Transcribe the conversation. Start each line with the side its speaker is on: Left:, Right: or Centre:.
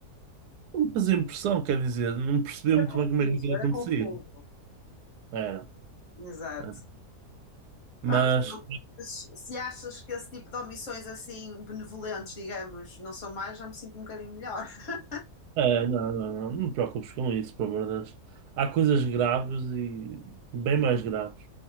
Right: Não me fazia impressão, quer dizer, não percebia
Left: Era
Right: muito
Left: confuso,
Right: bem como é que aquilo
Left: era
Right: acontecia.
Left: confuso.
Right: Era.
Left: Exato.
Right: era. Mas,
Left: Pá, mas, não- mas se achas que esse tipo de omissões assim benevolentes, digamos, não são mais, já me sinto um bocadinho melhor. <laughs>
Right: é, não, não, não, não te preocupes com isso, pelo amor de Deus. Há coisas graves e bem mais graves.